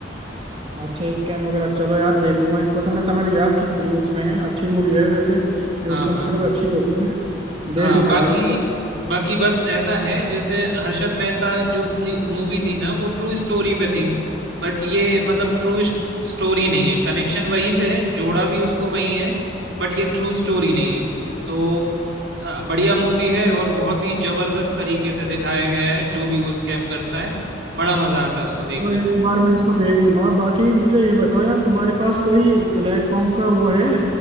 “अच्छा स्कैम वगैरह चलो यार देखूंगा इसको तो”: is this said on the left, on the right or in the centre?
Right